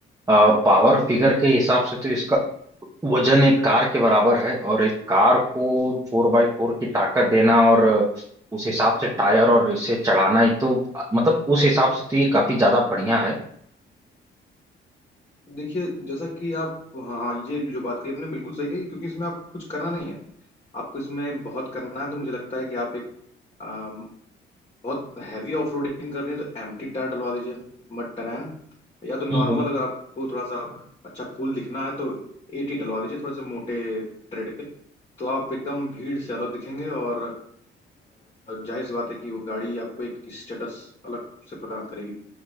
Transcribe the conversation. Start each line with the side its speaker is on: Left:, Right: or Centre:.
Right: पावर फिगर के हिसाब से तो इसका वजन एक कार के बराबर है और एक कार को फोर बाई फोर की ताकत देना और उस हिसाब से टायर और इसे चढ़ाना ही तो मतलब उस हिसाब से तो ये काफी ज्यादा बढ़िया है
Left: देखिए जैसा कि आप हाँ हाँ, ये जो बात कही आपने बिल्कुल सही कही क्योंकि इसमें आपको कुछ करना नहीं है आपको इसमें बहुत करना है तो मुझे लगता है कि आप एक बहुत हैवी ऑफ रोडिंग कर रही है तो एम्प्टी टायर डलवा दीजिए मड टरैन या तो नॉर्मल
Right: हम्म
Left: अगर आपको थोड़ा सा अच्छा कूल दिखना है तो एटी डलवा दीजिए थोड़े से मोटे ट्रेड के तो आप एकदम भीड़ से अलग दिखेंगे और अ, जाहिर सी बात है कि वो गाड़ी आपको एक स्टेटस अलग से प्रदान करेगी